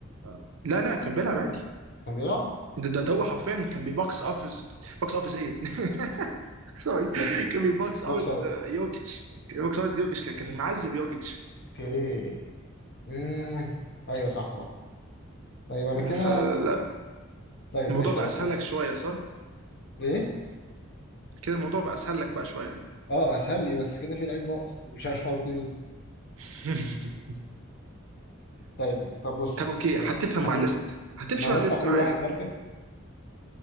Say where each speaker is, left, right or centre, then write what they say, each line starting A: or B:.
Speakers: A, on the right (about 75°); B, on the left (about 50°).
A: آه. لا لا كان بيلعب عادي
B: كان بيلعب؟
A: ده ده, ده هو حرفيا كان بيبوكس اوفيس بوكس اوفيس ايه <laughs> سوري
B: كان
A: كان بيبوكس
B: بوكس
A: اوت
B: اوت
A: آه، يوكيتش كان بيبوكس اوت يوكيتش كان كان معذب يوكيتش
B: اوكي مم. ايوه صح صح طيب انا
A: م،
B: كده
A: فلا
B: طيب
A: الموضوع
B: ماشي خلاص
A: بقى اسهل
B: أه.
A: لك شويه صح
B: ايه؟
A: كده الموضوع بقى اسهل لك بقى شويه
B: اه اسهل لي بس كده في لعيب ناقص مش عارف احط مين
A: <laughs>
B: طيب طب بص
A: طب
B: بص
A: اوكي
B: احنا
A: هتفهم
B: هن-
A: مع الليست هتمشي
B: احنا هنرفع
A: مع الليست
B: كل
A: معايا
B: واحد مركز